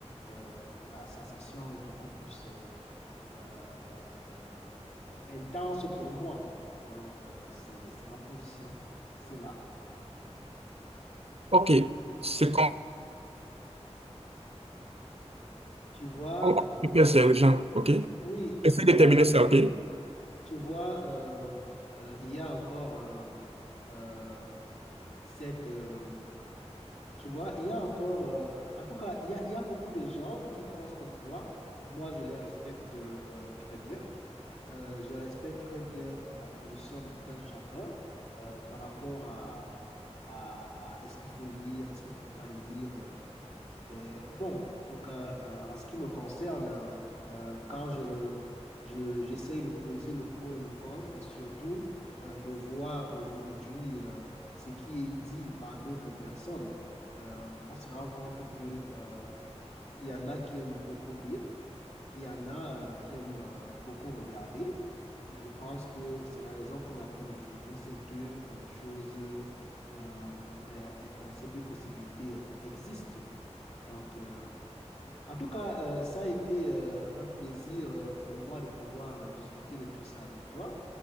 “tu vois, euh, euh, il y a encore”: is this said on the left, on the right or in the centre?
Left